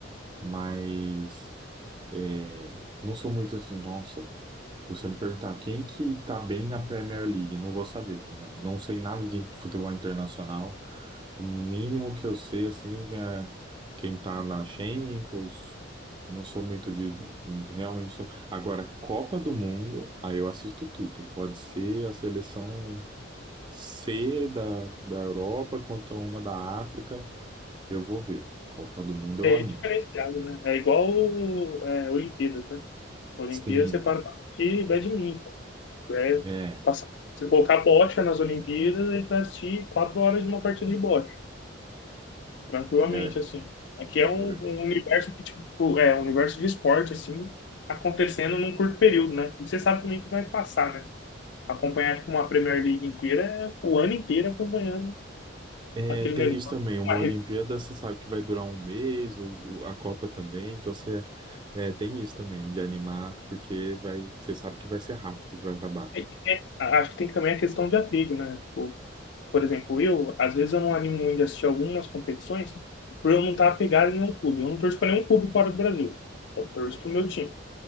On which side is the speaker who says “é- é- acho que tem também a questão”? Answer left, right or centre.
Left